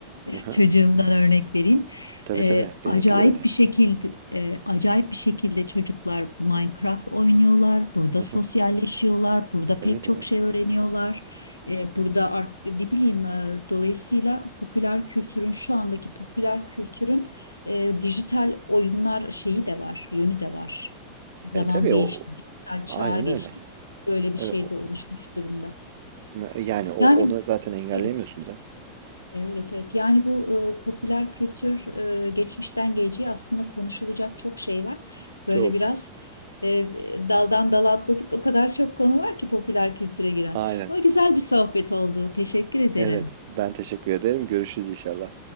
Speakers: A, on the right (about 55°); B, on the left (about 85°).
A: Hı hı.
B: <laughs> çocuğumdan örnek vereyim.
A: Tabii
B: Ee,
A: tabii. Benimki
B: acayip
A: de öyle.
B: bir şekilde e, acayip bir şekilde çocuklar Minecraft oynuyorlar. Burada
A: Hı hı.
B: sosyalleşiyorlar. Burada
A: Evet
B: pek çok
A: evet.
B: şey öğreniyorlar. Ee,
A: Hı hı.
B: burada ar- ne bileyim e, dolayısıyla popüler kültürün şu andaki popüler kültürün e, dijital oyunlar şeyi de var, yönü de var. Zaman
A: E, tabii
B: değişti,
A: o
B: dijital çağa
A: aynen
B: geçtik.
A: öyle.
B: Böyle bir
A: Evet,
B: şey
A: o-
B: de oluşmuş durumda.
A: yani o
B: Yani
A: onu zaten engelleyemiyorsun
B: evet,
A: canım.
B: evet, evet. Yani bu e, popüler
A: Hı hı.
B: kültür e, geçmişten geleceğe aslında konuşulacak çok şey var. Böyle
A: Çok.
B: biraz e, daldan dala atladık. O kadar çok konu var ki popüler kültüre giren.
A: Aynen.
B: Ama güzel bir sohbet oldu. Teşekkür ederim.
A: Evet. evet. Ben teşekkür ederim. Görüşürüz inşallah.